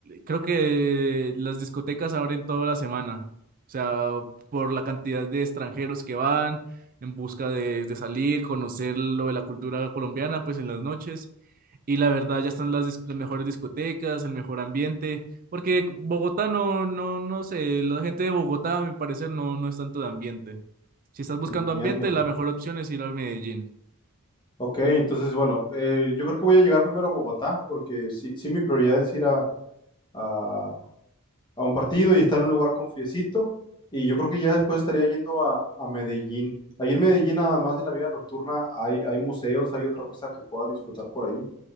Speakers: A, on the right; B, on the left.
A: creo que las discotecas abren toda la semana. O sea, por la cantidad de extranjeros que van en busca de, de salir, conocer lo de la cultura colombiana, pues en las noches. Y la verdad, ya están las, dis- las mejores discotecas, el mejor ambiente, porque Bogotá no, no, no sé, la gente de Bogotá, a mi parecer, no, no es tanto de ambiente. Si estás buscando
B: entiendo.
A: ambiente, la mejor opción es ir a Medellín.
B: Ok, entonces, bueno, eh, yo creo que voy a llegar primero a Bogotá, porque sí, sí mi prioridad es ir a, a- a un partido y estar en un lugar con friecito, y yo creo que ya después estaría yendo a, a Medellín. Ahí en Medellín, además de la vida nocturna, hay, hay museos, hay otra cosa que pueda disfrutar por ahí.